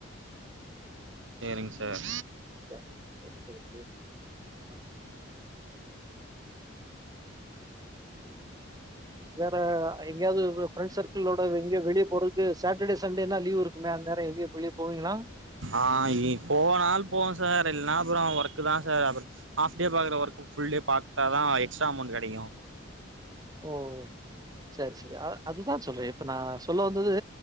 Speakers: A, on the right (about 70°); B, on the right (about 20°).
A: சேரிங்க சர்
B: <unintelligible> வேற எங்கயாது ஃப்ரெண்ட்ஸ் சர்க்கிளோட எங்க வெளிய போறக்கு சட்டடே சண்டேனா லீவ் இருக்குமே அந்நேரோ எங்கயு வெளிய போவீங்களா
A: ஆ இனி போனால் போவ சர் இல்லனா அப்பறோ ஒர்க் தா சர் அப்ப ஆஃப்டே பாக்குற ஒர்க் ஃபுல்டே பாத்தா தா எக்ஸ்ட்ரா அமௌண்ட் கெடைக்கு
B: ஓ சரி சரி அ அதுதா சொல்ற இப்ப நா சொல்ல வந்தது